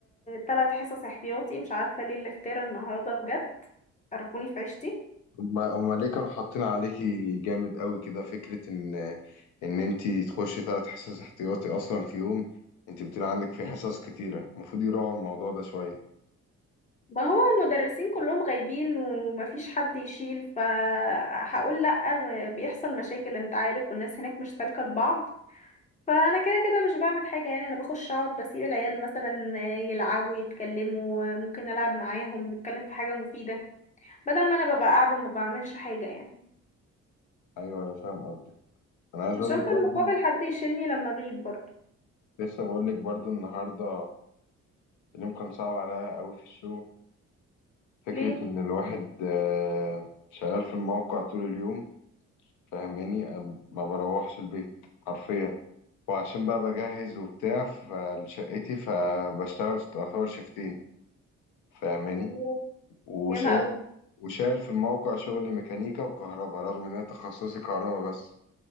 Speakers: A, on the left; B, on the left.
A: ثلاث حصص احتياطي مش عارفة ليه الافتراء النهاردة بجد قرفوني في عيشتي
B: هما هما ليه كانوا حاطين عليكي جامد قوي كده فكره ان ان انتي تخشي ثلاث حصص احتياطي اصلا في يوم انتي بتقولي عندك في حصص كتيره المفروض يراعوا الموضوع ده شويه
A: ما هو المدرسين كلهم غايبين ومفيش حد يشيل فهقول لأ بيحصل مشاكل انت عارف والناس هناك مش سالكة لبعض فانا كده كده مش بعمل حاجه يعني انا بخش اقعد بسيب العيال مثلا يلعبوا يتكلموا ممكن العب معاهم نتكلم في حاجه مفيده بدل ما انا ببقى قاعده ما بعملش حاجه يعني
B: ايوه أنا فاهم قصدك انا عايز
A: عشان
B: اقول لك
A: في
B: برضو
A: المقابل حد يشيلني لما اغيب برضه
B: لسه بقول لك برضو النهارده اليوم كان صعب عليا قوي في الشغل فكره
A: ليه
B: ان الواحد آه، شغال في الموقع طول اليوم فاهماني أم- ما بروحش البيت حرفيا وعشان بقى بجهز وبتاع فلشقتي فبشتغل تعتبر شيفتين فاهماني
A: الله
B: وشايل
A: ياما قوي
B: وشايل في الموقع شغلي ميكانيكا وكهرباء رغم ان انا تخصصي كهرباء بس